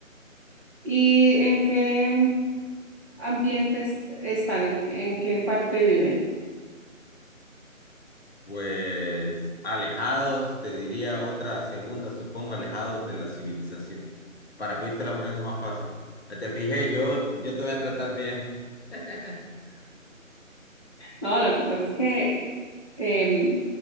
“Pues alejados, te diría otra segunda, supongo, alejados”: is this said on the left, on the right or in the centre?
Centre